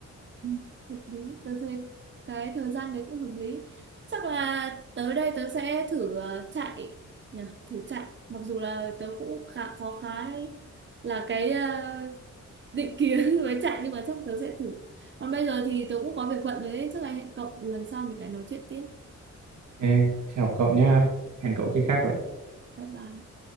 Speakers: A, on the right; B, on the right.
A: Ừ, hợp lý tớ thấy cái thời gian đấy cũng hợp lý chắc là tới đây tớ sẽ thử ờ, chạy nhỉ thử chạy mặc dù là tớ cũng khá có khá là cái ờ, định kiến <laughs> với chạy nhưng mà chắc tớ sẽ thử còn bây giờ thì tớ cũng có việc bận đấy chắc là hẹn cậu lần sau mình lại nói chuyện tiếp
B: Ok, chào cậu nha. Hẹn cậu
A: ok
B: khi khác vậy.
A: bye bye